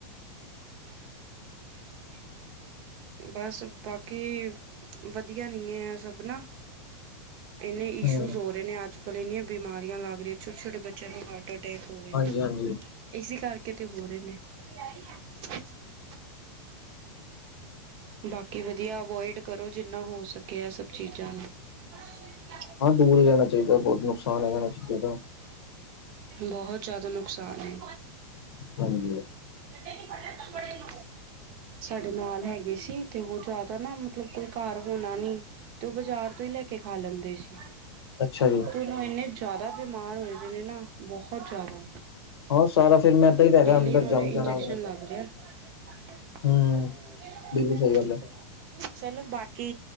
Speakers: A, on the right; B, on the left.
A: <unintelligible> ਬਸ, ਬਾਕੀ ਵਧੀਆ ਨੀ ਐ, ਐ ਸਭ ਨਾ। ਇੰਨੇ ਇਸ਼ੂਜ
B: ਹੂੰ
A: ਹੋ ਰਹੇ ਨੇ ਅੱਜ-ਕੱਲ, ਇੰਨੀਆਂ ਬਿਮਾਰੀਆਂ ਲੱਗ ਰਿਯਾ ਛੋਟੇ-ਛੋਟੇ ਬੱਚਿਆਂ ਨੂੰ <unintelligible> ਤੇ ਅਟੈਕ ਹੋ ਰੇ
B: ਹਾਂਜੀ
A: ਨੇ,
B: ਹਾਂਜੀ
A: ਇਸੀ ਕਰਕੇ ਤੇ ਹੋ ਰੇ ਨੇ। <inaudible> ਬਾਕੀ ਵਧੀਆ, ਅਵੋਇਡ ਕਰੋ ਜਿੰਨਾ ਹੋ ਸਕੇ ਐ ਸਭ ਚੀਜ਼ਾਂ ਨੂ। <inaudible>
B: ਹਾਂ ਦੂਰ ਈ ਰੈਨਾ ਚਾਈਦਾ, ਬੋਤ ਨੁਕਸਾਨ ਹੈ ਐਨਾ ਚੀਜ਼ਾਂ ਦਾ।
A: ਬੋਹਤ ਜਾਦਾ ਨੁਕਸਾਨ ਏ।
B: ਹਾਂਜੀ।
A: <unintelligible> ਸਾਡੇ ਨਾਲ ਹੈਗੇ ਸੀ ਤੇ ਉਹ ਜਾਦਾ ਨਾ ਮਤਲਬ ਕੋਈ ਘਰ ਹੋਨਾਂ ਨੀ ਤੇ ਬਾਜ਼ਾਰ ਤੋਂ ਈ ਲੈ ਕੇ ਖਾ ਲੈਂਦੇ ਸੀ।
B: ਅੱਛਾ ਜੀ।
A: ਹੁਨ ਏਨੇ ਜਾਦਾ ਬਿਮਾਰ ਹੋਏ ਦੇ ਨੇ ਨਾ, ਬੋਹਤ ਜਾਦਾ।
B: ਹਾਂ ਸਾਰਾ ਫਿਰ ਮੈਦਾ ਹੀ ਪੈ
A: ਡੇਲੀ
B: ਗਿਆ ਅੰਦਰ
A: ਓਨਾਂ
B: ਜੰਮ
A: ਨੂੰ ਇੰਜੈਕਸ਼ਨ
B: ਜਾਣਾ ਉਹਨੇ
A: ਲੱਗ ਰੇਯਾ। <unintelligible>
B: ਹੂੰ ਬਿਲਕੁਲ ਸਹੀ ਗੱਲ ਹੈ
A: ਚਲੋ ਬਾਕੀ